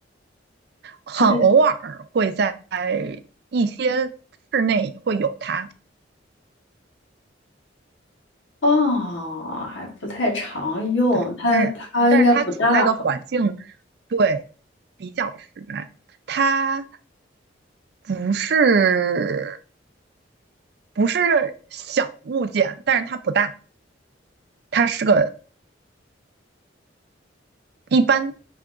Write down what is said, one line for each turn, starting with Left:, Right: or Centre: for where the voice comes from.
Right: 很偶尔会在
Left: 它在。
Right: 一些室内会有它。
Left: 哦，还不太常用，
Right: 对，
Left: 它它应该不大吧，
Right: 但是但是他处在的环境对比较实在，它不是不是小物件，但是它不大，它是个一般